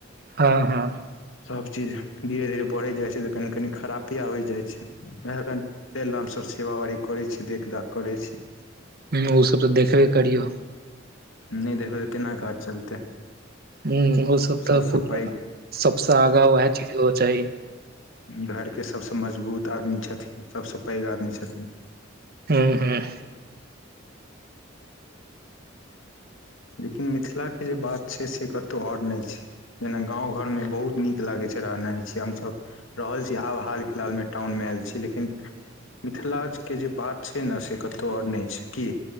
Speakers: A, on the right (about 50°); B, on the left (about 85°).
A: हँ हँ।
B: सभचीज धीरे धीरे बढ़य जाइ छै तऽ कनि कनी खरापे आबय जाइ छै <unintelligible> चलि नामस सेवावारी करैत छी देखदाख करैत छी।
A: हूँ ओसभ तऽ देखबे करियौ।
B: नै देखबै त केना काज चलतै।
A: हूँ ओ सब तऽ
B: सबसँ
A: पूरा
B: पैघ
A: सबस आगा वएह चीज हो चाही।
B: धरके सभसँ मजबूत आदमी छथिन सबस पैघ आदमी छथिन।
A: हूँ हूँ।
B: लेकिन मिथिलाके जे बात छै से कतहु आओर नै छै। जेना गाँव घरमे बहुत नीक लागैत छै रहना छियै हमसब। रहल छी हाब हाल फिलहालमे टाउनमे आयल छी लेकिन। मिथिलाके जे बात छै न से कतहु आओर नै छै की।